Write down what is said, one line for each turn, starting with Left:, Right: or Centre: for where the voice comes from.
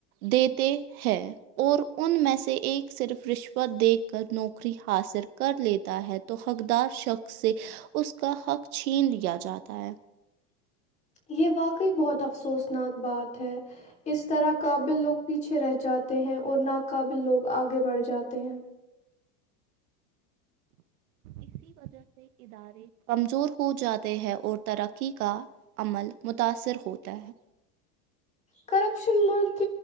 Right: دیتے ہیں اور ان میں سے ایک صرف رشوت دیکھ کر نوکری حاصل کر لیتا ہے تو حقدار شخص سے اس اس کا حق چھین لیا جاتا ہے
Left: یہ واقعی بہت افسوسناک بات ہے اس طرح قابل لوگ پیچھے رہ جاتے ہیں اور ناقابل لوگ آگے بڑھ جاتے ہیں
Right: اسی وجہ سے ادارے کمزور ہو جاتے ہیں اور ترقی کا عمل متاثر ہوتا ہے
Left: کرپشن ملک